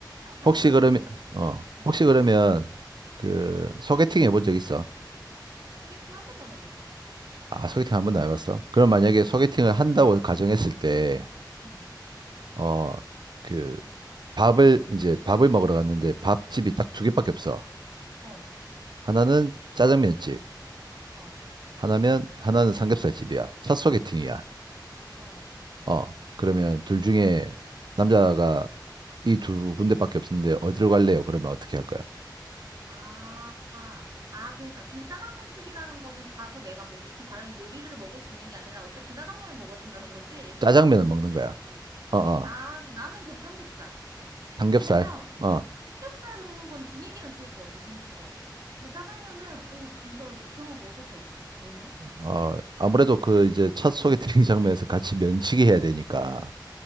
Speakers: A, on the right; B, on the right.
A: 잠깐
B: 혹시 그러면,
A: 고민.
B: 어,
A: 응.
B: 혹시 그러면, 그, 소개팅 해본 적 있어?
A: 소개팅 한 번도 안 해봤어.
B: 아, 소개팅 한 번도 안 해봤어? 그럼 만약에
A: 응,
B: 소개팅을 한다고 가정했을 때,
A: 응.
B: 어, 그 밥을 이제 밥을 먹으러 갔는데 밥집이 딱 두 개밖에 없어.
A: 어,
B: 하나는 짜장면집,
A: 어,
B: 하나면 하나는 삼겹살집이야. 첫 소개팅이야.
A: 어.
B: 어, 그러면 둘 중에 남자가 이 두 군데밖에 없는데 어디로 갈래요? 그러면 어떻게 할 거야?
A: 아, 아, 아, 그러니까. 근데 짜장면 집이라는 거는 가서 내가 뭐 무슨 다른 요리를 먹을 수 있는 게 아니라 어쨌든 짜장면을 먹어야 된다는 거지?
B: 짜장면을
A: 주부집
B: 먹는 거야.
A: 가도.
B: 어, 어,
A: 아, 그- 나는 그럼 삼겹살.
B: 삼겹살.
A: 왜냐면
B: 어,
A: 삼겹살 먹는 건 분위기는 좋을 것 같아. 재밌을 것 같고. 근데 짜장면은, 오, 진짜 이상하고 어색할 듯. 너는?
B: 어, 아무래도 그 이제 첫 소개팅 <laughs> 장면에서 같이 면치기 해야 되니까.